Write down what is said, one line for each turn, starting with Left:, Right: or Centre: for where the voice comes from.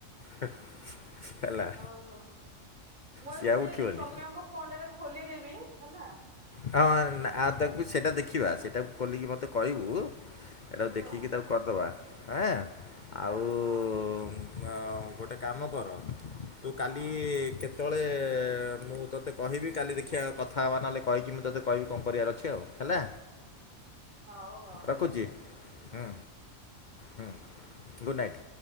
Left: ହେ ହେଲା।
Right: ଓହୋ ମୁଁ
Left: ସିଏ ଆଉ
Right: ସେଇ
Left: ଉଠିବନି
Right: ସୌମ୍ୟଙ୍କ ଫୋନ ରେ ଖୋଲିଦେବି ହେଲା?
Left: ହଁ ନାଁ ଆଉ ତାକୁ ସେଇଟା ଦେଖିବା ସେଟାକୁ ଖୋଲିକି ମୋତେ କହିବୁ, ଏଇଟାକୁ
Right: ହଁ
Left: ଦେଖିକି ତାକୁ କରିଦେବା ଆଁ!
Right: ହଁ
Left: ଆଉ-ଉ
Right: ହଁ
Left: ଅଁ ଗୋଟେ କାମ କର, ତୁ କାଲି
Right: ହଁ
Left: କେତ୍ ତଳେ-ଏ ମୁଁ ତୋତେ କହିବି, କାଲି ଦେଖିଆ କଥା ହେବା ନହେଲେ କହିକି, ମୁଁ ତୋତେ କହିବି କଣ କରିବାର ଅଛି ଆଉ? ହେଲା,
Right: ହଉ ହଉ।
Left: ରଖୁଛି। ହୁଁ, ହୁଁ ଗୁଡ଼୍ ନାଇଟ୍!